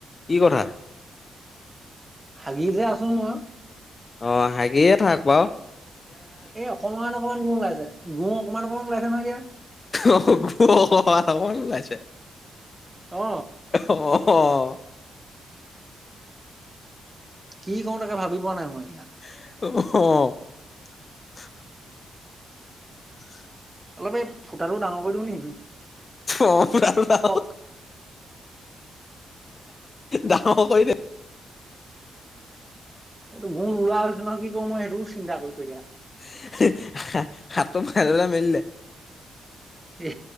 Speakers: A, on the left; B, on the right.
A: কি কথা?
B: হাগি যে আছো মই
A: অ হাগিয়ে থাক বাও।
B: এ অকমান অকমান গু ওলাইছে গু অকমান অকণমান ওলাইছে নহয় এতিয়া।
A: অ গু অকমান অকমান ওলাইছে।
B: অ
A: অ।
B: কি কৰো তাকে ভাবি পোৱা নাই মই। এতিয়া
A: অ। <inaudible>
B: অলপ এই ফুটাটো ডাঙৰ কৰি দিওঁ নি?
A: অ ভাল ভাল।
B: হওক,
A: ডাঙৰ কৰি দে।
B: এইটো গু নোলোৱা হৈছে নহয় কি কৰো মই সেইটোও চিন্তা কৰিছো এতিয়া।
A: <unintelligible>
B: এ